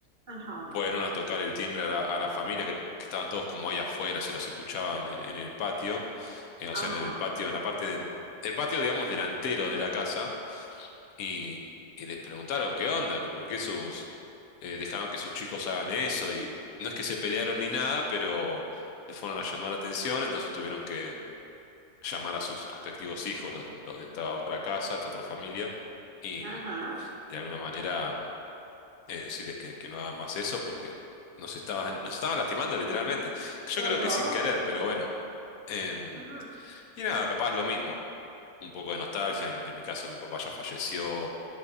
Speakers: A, on the right (about 50°); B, on the left (about 70°).
A: ajá,
B: fueron a tocar el timbre a la, a la familia, que, que estaban todos como ahí afuera, se los escuchaban en, en el patio, eh, o
A: ajá,
B: sea, en el patio, en la parte de- el patio, digamos, delantero de la casa, y, y les preguntaron qué onda, que por qué sus, eh, dejaban que sus chicos hagan eso, y no es que se pelearon ni nada, pero le fueron a llamar la atención, entonces tuvieron que llamar a sus respectivos hijos, los, de los de esta otra casa, esta otra familia, y
A: ajá,
B: de alguna manera eh, decirles que, que no hagan más eso porque nos estaban, <laughs> nos estaban lastimando literalmente. Yo
A: qué
B: creo
A: horror.
B: que sin querer, pero bueno. Em,
A: Ujú,
B: y nada, capaz lo mismo. Un poco de nostalgia. En, en mi caso, mi papá ya falleció.